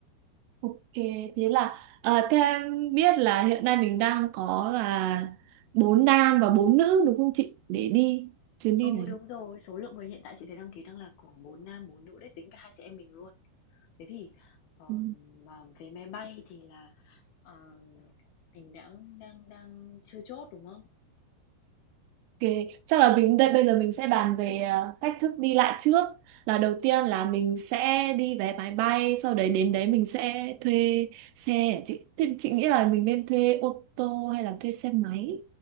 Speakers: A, on the right; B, on the left.
A: Ok, thế là à, theo em biết là hiện nay mình đang có là bốn nam và bốn nữ đúng không chị? Để đi chuyến đi
B: Ừ,
A: này.
B: đúng rồi, số lượng người hiện tại chị thấy đăng ký đang là khoảng 4 nam 4 nữ đấy, tính cả hai chị em mình luôn. Thế thì ờ,
A: Ừ,
B: mà vé máy bay thì là ờ, mình đã đang đang chưa chốt đúng không?
A: Ok, chắc là mình đây bây giờ mình sẽ bàn về à, cách thức đi lại trước. Là đầu tiên là mình sẽ đi vé máy bay, sau đấy đến đấy mình sẽ thuê xe. Chị, thì chị nghĩ là mình nên thuê ô tô hay là thuê xe máy?